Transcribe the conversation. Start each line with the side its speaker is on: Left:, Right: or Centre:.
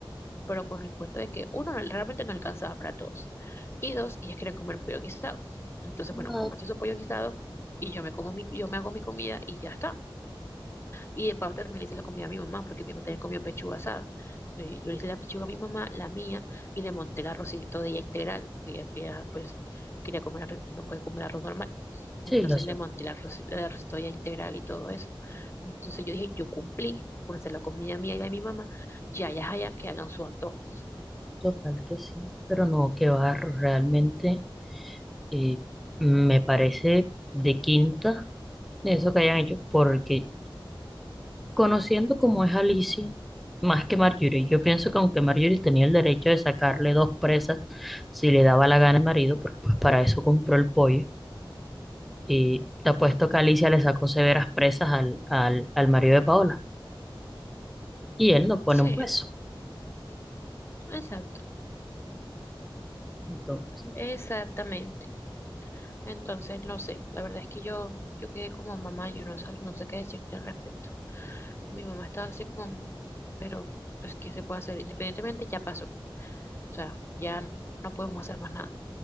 Left: pero con el cuento de que uno no- realmente no alcanzaba para todos y dos, ellas querían comer pollo guisado. Entonces,
Centre: No,
Left: bueno, cómanse su pollo guisado y yo me como mi, yo me hago mi comida y ya está. Y de paso también le hice la comida a mi mamá, porque mi mamá también comió pechuga asada. Entonces, yo le hice la pechuga a mi mamá, la mía, y le monté el arrocito de ella integral, porque ella, ella, pues quería comer, arroz- no puede comer arroz normal.
Centre: sí,
Left: Entonces
Centre: lo sé,
Left: le monté el, arroz- el arrocito de ella integral y todo eso. Entonces yo dije, yo cumplí por hacer la comida mía y la de mi mamá, ya, ya, ya, que hagan su antojo.
Centre: total que sí. Pero no, que va, realmente eh, me parece de quinta. eso que hayan hecho, porque conociendo cómo es Alicia, más que Marjorie, yo pienso que aunque Marjorie tenía el derecho de sacarle dos presas si le daba la gana al marido, porque pues para eso compró el pollo, y te apuesto que Alicia le sacó severas presas al, al, al marido de Paola, y
Left: Mm,
Centre: él no pone
Left: sí,
Centre: un peso.
Left: exacto,
Centre: Entonces,
Left: exactamente. Entonces, no sé, la verdad es que yo, yo quedé como mamá, yo no, sab- no sé qué decirte al respecto. Mi mamá estaba así como, pero pues, ¿qué se puede hacer? Independientemente, ya pasó. O sea, ya no, no podemos hacer más nada.